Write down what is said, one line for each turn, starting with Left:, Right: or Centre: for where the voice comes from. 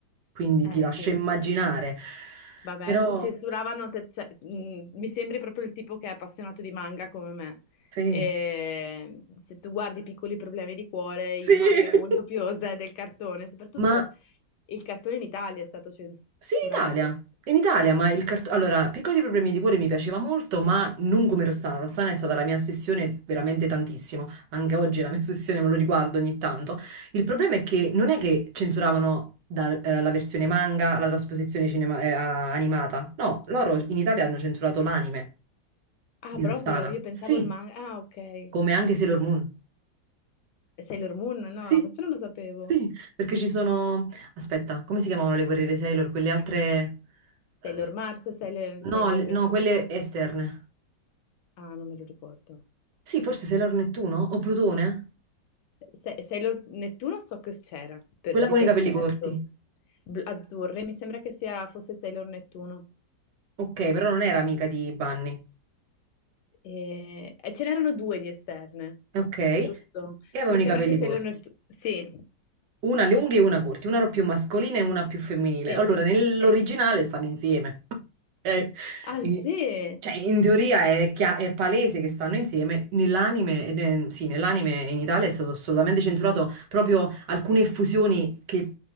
Right: quindi
Left: Eh
Right: ti lascio
Left: sì.
Right: immaginare.
Left: Vabbè,
Right: Però
Left: censuravano se, cioè, mh, mi sembri proprio il tipo che è appassionato di manga come me.
Right: sì,
Left: E se tu guardi Piccoli problemi di cuore, il
Right: sì. <laughs>
Left: manga è molto più osè del cartone, soprattutto
Right: Ma
Left: il cartone in Italia è stato censurato.
Right: Sì, in Italia. In Italia, ma il cartone... Allora, Piccoli problemi di cuore mi piaceva molto, ma non come Rossana. Rossana è stata la mia ossessione veramente tantissimo. Anche oggi è la mia <laughs> ossessione, me lo riguardo ogni tanto. Il problema è che non è che censuravano da- eh, la versione manga, la trasposizione cinema- eh, a- animata. No, loro in Italia hanno censurato l'anime
Left: Ah,
Right: di
Left: proprio?
Right: Rossana.
Left: Io pensavo
Right: Sì,
Left: il manga. Ah, ok. E
Right: come anche Sailor Moon.
Left: Sailor Moon? No,
Right: Sì,
Left: no, questo non lo sapevo.
Right: sì, perché ci sono... Aspetta, come si chiamavano le guerriere Sailor? Quelle altre... eh,
Left: Sailor Mars, Sailor, Sailor
Right: no, le-
Left: Neptuno?
Right: no, quelle esterne.
Left: Ah, non me lo ricordo.
Right: Sì, forse Sailor Nettuno o Plutone?
Left: Se- Sailor Nettuno so che c'era, per-
Right: Quella
Left: di
Right: con
Left: per
Right: i capelli
Left: certo.
Right: corti.
Left: Bl- azzurre, mi sembra che sia, fosse Sailor Nettuno.
Right: Ok, però non era amica di Bunny.
Left: E, e ce n'erano due di esterne,
Right: Ok, e
Left: giusto?
Right: avevano
Left: Mi sembra
Right: i capelli
Left: che Sailor
Right: corti.
Left: Nettuno... Sì,
Right: Una alle unghie e una corti, una più mascolina e una più femminile.
Left: sì,
Right: Allora, nell'originale
Left: sì.
Right: stanno insieme. <laughs> Ok?
Left: Ah,
Right: In-
Left: sì?
Right: cioè, in teoria è, chia- è palese che stanno insieme. Nell'anime, eh, ne- sì, nell'anime in Italia è stato assolutamente censurato proprio alcune effusioni che